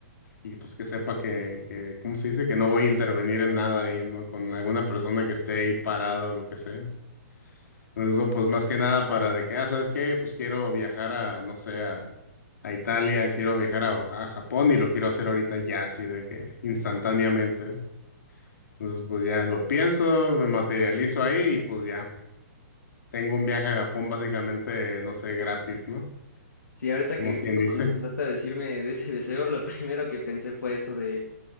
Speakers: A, on the left; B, on the left.
A: y pues que sepa que, que, ¿cómo se dice? Que no voy a intervenir en nada ahí, ¿no? Con alguna persona que esté ahí parada o lo que sea. Entonces eso pues más que nada para de que, ah, ¿sabes qué? Pues quiero viajar a, no sé, a, a Italia, quiero viajar a, a Japón y lo quiero hacer ahorita ya, así de que instantáneamente. Entonces pues ya lo pienso, me materializo ahí y pues ya tengo un viaje a Japón básicamente, no sé, gratis, ¿no?
B: Sí, ahorita
A: Como
B: que
A: quien
B: justo
A: dice.
B: cuando empezaste a decirme de ese <laughs> deseo, lo primero que pensé fue eso de,